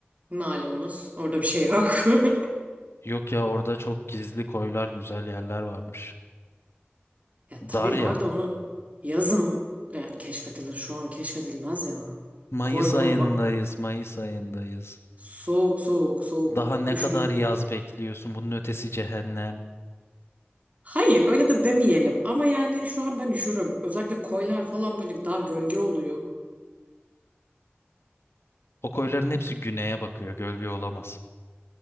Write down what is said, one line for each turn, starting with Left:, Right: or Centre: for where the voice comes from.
Right: Malumunuz orada bir şey yok. <laughs>
Left: Yok ya orada çok gizli koylar, güzel yerler varmış.
Right: Ya
Left: Darya.
Right: tabii var da onu yazın yani keşfedilir. Şu an keşfedilmez ya.
Left: Mayıs
Right: Koy moy
Left: ayındayız,
Right: bak.
Left: Mayıs ayındayız.
Right: Soğuk soğuk soğuk.
Left: Daha ne
Right: Üşürüm.
Left: kadar yaz bekliyorsun? Bunun ötesi cehennem.
Right: Hayır öyle de demeyelim. Ama yani şu an ben üşürüm. Özellikle koylar falan böyle daha gölge oluyor.
Left: O koyların hepsi güneye bakıyor. Gölge olamaz.